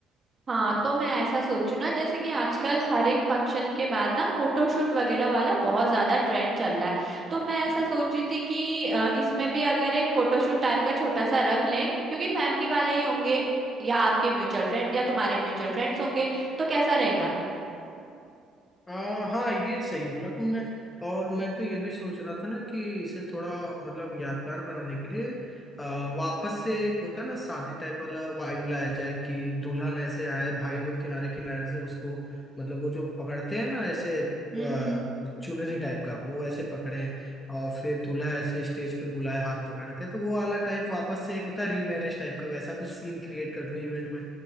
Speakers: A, on the right (about 30°); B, on the left (about 20°).
A: हाँ तो मैं ऐसा सोचू ना जैसे कि आजकल हर एक फंक्शन के बाद ना फोटोशूट वगैरह वाला बहुत ज्यादा ट्रेंड चल रहा है तो मैं ऐसा सोची थी कि अ, इसमें भी अगर एक फोटोशूट टाइप का छोटा सा रख लें क्योंकि फैमिली वाले ही होंगे या आपके म्यूचुअल फ्रेंड या तुम्हारे म्यूचुअल फ्रेंड्स होंगे तो कैसा रहेगा
B: आ, हाँ ये सही बोला तुमने और मैं तो ये भी सोच रहा था ना कि इसे थोड़ा मतलब यादगार बनाने के लिए आ, वापस से एक होता है ना शादी टाइप वाला वाइब लाया जाए कि दुल्हन ऐसे आए भाई लोग किनारे किनारे से उसको मतलब वो जो पकड़ते हैं ना ऐसे आ,
A: हम्म
B: चुनरी टाइप का वो ऐसे पकड़े और फिर दूल्हा ऐसे स्टेज पे बुलाए हाथ पकड़ के तो वो वाला टाइप वापस से एक होता है रीमैरिज टाइप का वैसा कुछ सीन क्रिएट कर दूं इवेंट में